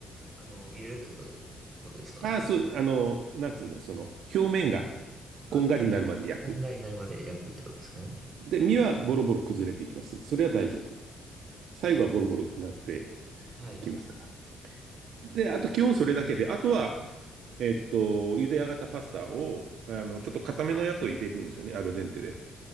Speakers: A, on the right; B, on the right.
A: あの、入れるってことだ、ってことですか
B: ああ、そう、あの、なんつうの、その、表面が
A: あ、
B: こんがりになるまで焼く。
A: はいはいはいこんがりになるまで焼くってことですね。
B: で、身はボロボロ崩れていきます。それは大丈夫。
A: はい。
B: 最後はボロボロになって
A: はい。
B: いきますから。で、あと基本それだけで、あとは、えっと、茹で上がったパスタを、あの、ちょっと固めのやつを入れるんですよね、アルデンテで。